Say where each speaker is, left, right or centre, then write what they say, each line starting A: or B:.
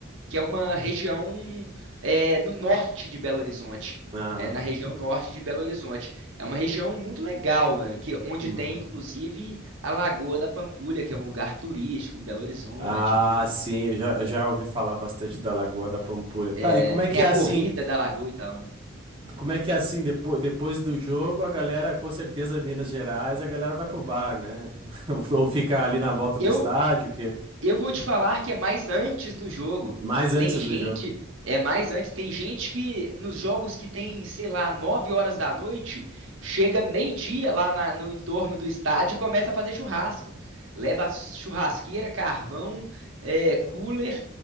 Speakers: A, on the right; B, on the right.
A: que é uma região é, no norte de Belo Horizonte.
B: Ah,
A: É na região norte de Belo Horizonte. É uma região muito legal, velho, que onde
B: uhum.
A: tem inclusive a Lagoa da Pampulha, que é um lugar turístico em Belo Horizonte
B: Ah,
A: e tudo mais.
B: sim, eu já, já ouvi falar bastante da Lagoa da Pampulha. Tá,
A: É,
B: e como é que
A: tem
B: é
A: a
B: assim?
A: corrida da Lagoa e tal, né?
B: Como é que é assim, depois, depois do jogo, a galera, com certeza, em Minas Gerais, a galera vai pro bar, né? <laughs> Ou fica ali na volta do
A: Eu,
B: estádio, que
A: Eu vou te falar que é mais antes do jogo.
B: mais antes
A: Tem gente,
B: do jogo.
A: é mais antes, tem gente que nos jogos que tem, sei lá, 9 horas da noite, chega meio-dia lá na- no entorno do estádio e começa a fazer churrasco. Leva churrasqueira, carvão, é, cooler